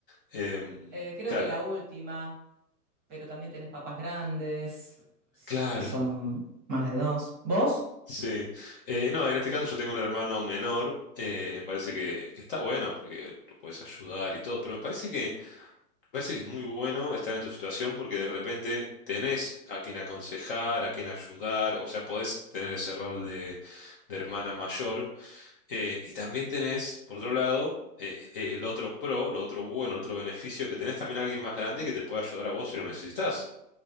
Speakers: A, on the left; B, on the right.
A: Em,
B: Eh, creo
A: claro,
B: que la última, pero también tenés papas grandes, si
A: claro,
B: son más de dos. ¿Vos?
A: sí. Eh, no, en este caso yo tengo un hermano menor. eh, me parece que, que está bueno porque lo puedes ayudar y todo, pero me parece que, me parece que es muy bueno estar en tu situación porque de repente tenés a quien aconsejar, a quien ayudar, o sea, podés tener ese rol de, de hermana mayor Eh, y también tenés, por otro lado, eh, eh, el otro pro, lo otro bueno, el otro beneficio, que tenés también a alguien más grande que te puede ayudar a vos si lo necesitas.